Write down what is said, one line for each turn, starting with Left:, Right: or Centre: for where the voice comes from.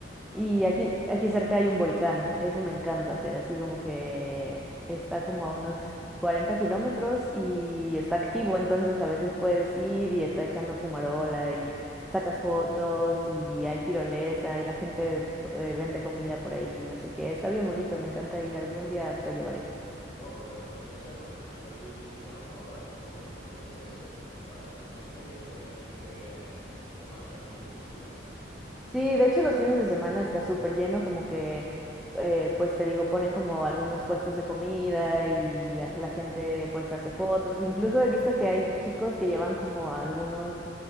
Left: claro.
Centre: Y aquí, aquí cerca hay un volcán, eso me encanta hacer, así como que está como a unos 40 kilómetros y está activo, entonces a veces puedes ir y está echando fumarola y sacas
Left: Wow.
Centre: fotos y hay tirolesa y la gente eh, vende comida por ahí, no sé qué, está bien bonito, me encanta ir, algún día te llevaré.
Left: Wow, pues eh, debe ser a nivel visual, ¿no? Para hacer fotos, como dices, debe ser espectacular eso. ¿No se convierte como una especie de, como de atracción turística?
Centre: Sí, de hecho los fines de semana está súper lleno, como que, eh, pues te digo, ponen como algunos puestos de comida y a- la gente pues hace fotos. Incluso he visto que hay chicos que llevan como a algunos